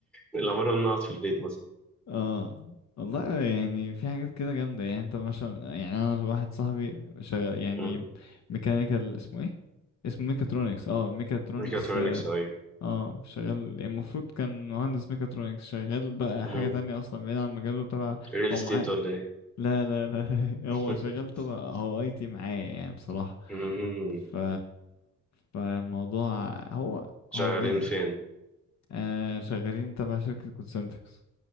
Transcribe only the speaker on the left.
اه والله يعني في حاجات كده جامدة يعني انت مثلا يعني انا واحد صاحبي شغال يعني
ميكانيكال اسمه ايه اسمه ميكاترونكس اه ميكاترونكس
اه
آه، شغال يعني المفروض كان مهندس ميكاترونكس شغال بقى
حاجة تانية اصلا بعيد عن مجاله تبع
هو
معاه
لا لا لا
<laughs> هو شغلته هو اي تي معايا يعني بصراحة
ف فالموضوع هو
هو بعيد عن
آه شغالين تبع شركة كونسنتريكس